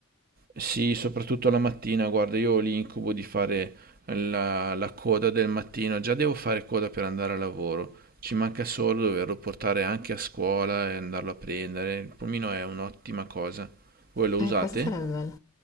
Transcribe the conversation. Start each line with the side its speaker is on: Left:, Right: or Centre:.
Right: Sì, soprattutto la mattina, guarda, io ho l'incubo di fare la, la coda del mattino, già devo fare coda per andare a lavoro, ci manca solo doverlo portare anche a scuola e andarlo a prendere, il pulmino è un'ottima cosa. Voi lo
Left: Eh,
Right: usate?
Left: questo sarebbe bello.